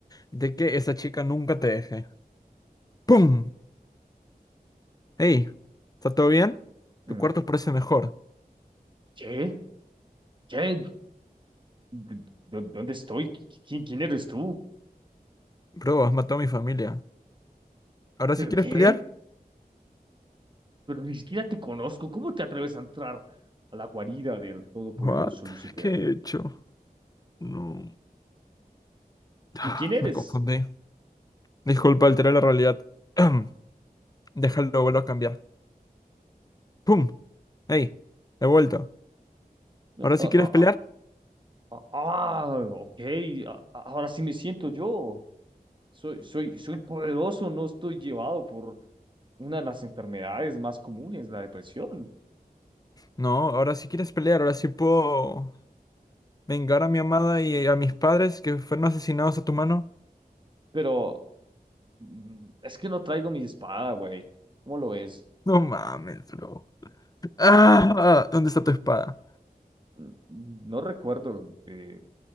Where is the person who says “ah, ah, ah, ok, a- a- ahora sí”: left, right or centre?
Right